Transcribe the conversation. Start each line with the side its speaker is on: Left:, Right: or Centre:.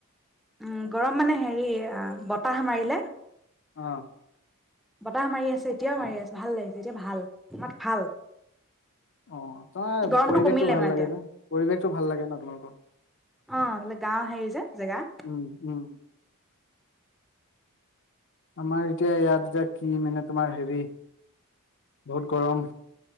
Centre: উম, গৰম মানে হেৰি বতাহ মাৰিলে।
Left: অ।
Centre: বতাহ মাৰি আছে, এতিয়াও মাৰি আছে, ভাল লাগিছে এতিয়া ভাল, তোমাত ভাল
Left: অ, তোমাৰ
Centre: গৰমটো
Left: পৰিৱেশটো
Centre: কমিলে
Left: ভাল
Centre: মানে
Left: লাগে
Centre: এতিয়া
Left: যে, পৰিৱেশটো ভাল লাগে ন, তোমালোকৰ।
Centre: অ, গাঁও হেৰি যে জেগা।
Left: উম, উম, আমাৰ এতিয়া, ইয়াত এতিয়া কি মানে তোমাৰ হেৰি বহুত গৰম।